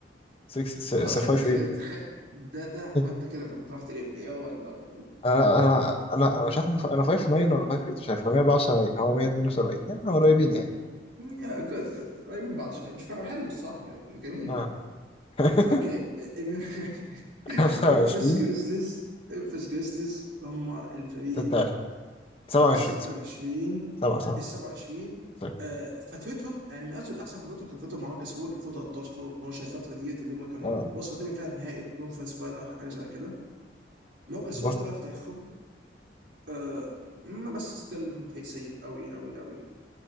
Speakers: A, on the left; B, on the right.
A: 6
B: اه
A: 5
B: تخيل
A: 8
B: تخيل ده ده هتبقى انت
A: <laughs>
B: كده لما انت رحت الام بي اي اوه ماي جاد
A: انا انا انا أنا مش عارف انا ف- أنا 5 9 ولا 5 8 مش عارف انا 174 هو 172 احنا قريبين يعني
B: يا جود جود <laughs> قريبين من بعض شويه مش فارق حلو الصراحه جميل
A: اه <laughs>
B: اوكي <laughs>
A: 25
B: ممفيس جريزليز ممفيس جريزليز هم الفريق
A: 26 27
B: ال 26
A: سوري 7 7
B: ال 27
A: سوري
B: آه، فترتهم يعني من اصل احسن فترتهم كانت فتره مع روجر سول 2013 2012 الفتره ديت اللي هم كانوا
A: اه
B: وصلوا تقريبا فيها النهائي كونفرنس فاينل او حاجه شبه كده روجر سول
A: بص
B: افضل لاعب في تاريخهم آه، ما بس ستيل هم فريق سيء قوي قوي قوي